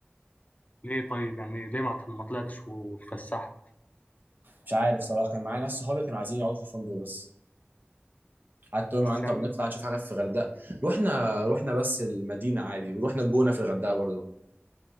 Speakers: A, on the left; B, on the right.
A: ليه طيب يعني ليه ما ما طلعتش واتفسحت؟
B: مش عارف صراحه كان معايا ناس صحابي كانوا عايزين يقعدوا في الفندق بس قعدت اقول
A: بس
B: معاهم طب
A: يعني
B: نطلع نشوف حاجه في الغردقه رحنا رحنا بس المدينه عادي ورحنا الجونه في الغردقه برضو